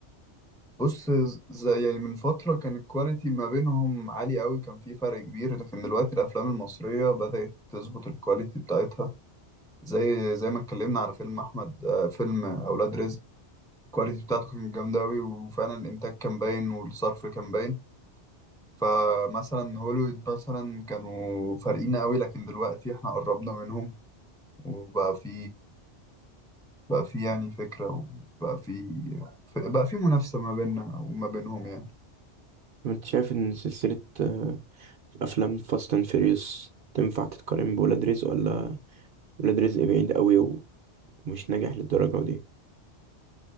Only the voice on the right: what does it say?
انت شايف ان سلسلة آه، افلام فاست اند فيريوس تنفع تتقارن بولاد رزق ولا ولاد رزق بعيد قوي ومش ناجح للدرجة دي